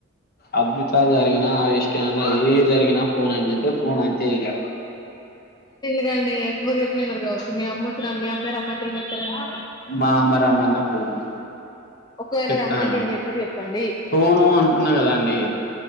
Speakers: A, on the left; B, on the left.
A: అద్భుతలు జరిగినా ఆ విస్కమ్ ఎం జరిగినా ఫోన్ అంది అంటే ఫోన్ అంటే ఇగ
B: అదే అండి ఎవరు చెప్పిన వినరు కావచ్చు మీ అమ్మవొచ్చిన మీ అమ్మే రమ్మంటే వచ్చారని
A: మా అమ్మ రమ్మన్న పోను
B: ఒకవేళ
A: చెప్తాను
B: రమ్మంటే
A: కదా
B: ఎం చేస్తారు చెప్పండి
A: పోను అంటున్నా కదా అండి